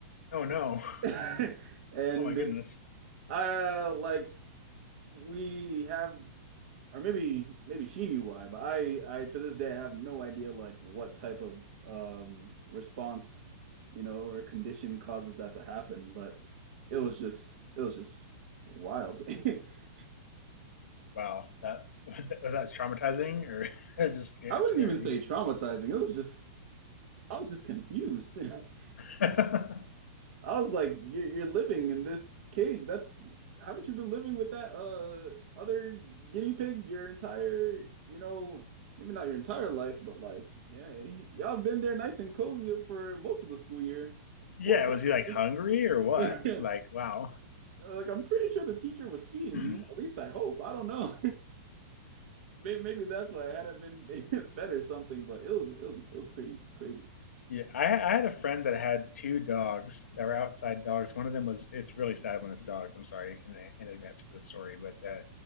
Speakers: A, on the left; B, on the right.
A: Oh no. <laughs>
B: <laughs> And
A: Oh my goodness.
B: I like we have or maybe maybe she knew why, but I I to this day I have no idea like what type of um response, you know, or condition causes that to happen, but it was just it was just wild. <laughs>
A: Wow. That <laughs> was that traumatizing or <laughs> just
B: I wouldn't
A: scary.
B: even say traumatizing. It was just I was just confused. <laughs>
A: <laughs>
B: I was like, you're, you're living in this cage. That's haven't you been living with that uh other guinea pig your entire, you know, maybe not your entire life, but like, yeah, y'all have been there nice and cozy for most of the school year.
A: yeah,
B: What problem?
A: was he like hungry
B: <laughs>
A: or what?
B: Yeah.
A: Like wow.
B: Like I'm pretty sure the teacher was feeding
A: <clears throat>
B: you. At least I hope. I don't know. <laughs> May- Maybe that's why I hadn't been <laughs> fed or something, but it was it was it was crazy crazy.
A: Yeah, I, I had a friend that had two dogs that were outside dogs. One of them was, it's really sad when it's dogs. I'm sorry in, in advance for the story, but uh,